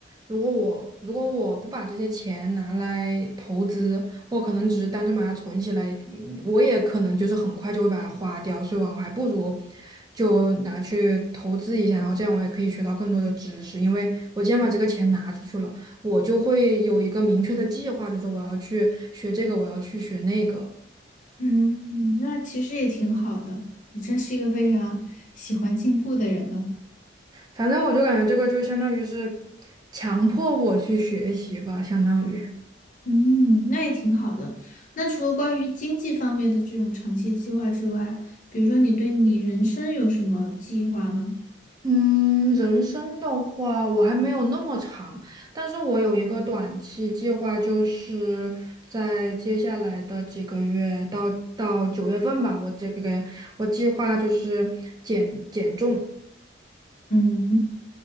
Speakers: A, on the right (about 20°); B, on the left (about 45°).
A: 如果我如果我不把这些钱拿来投资，我可能只是单纯把它存起来，嗯我也可能就是很快就会把它花掉，所以我还不如就拿去投资一下，然后这样我也可以学到更多的知识，因为我既然把这个钱拿出去了，我就会有一个明确的计划，就是说我要去学这个，我要去学那个。
B: 嗯，那其实也挺好的，你真是一个非常喜欢进步的人呢。
A: 反正我就感觉这个就相当于是强迫我去学习吧，相当于。
B: 嗯，那也挺好的。那除了关于经济方面的这种长期计划之外，比如说你对你人生有什么计划吗？
A: 嗯，人生的话，我还没有那么长，但是我有一个短期计划，就是在接下来的几个月到到九月份吧，我这个我计划就是减减重，
B: 嗯，